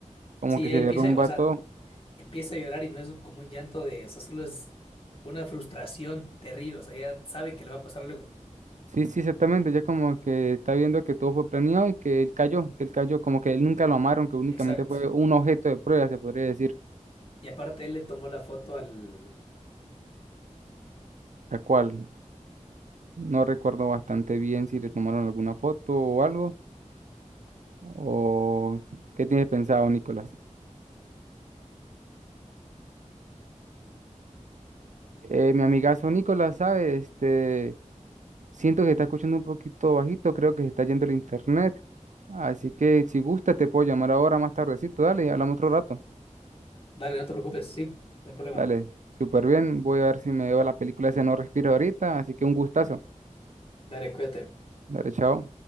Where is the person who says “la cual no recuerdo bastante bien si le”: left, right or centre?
Right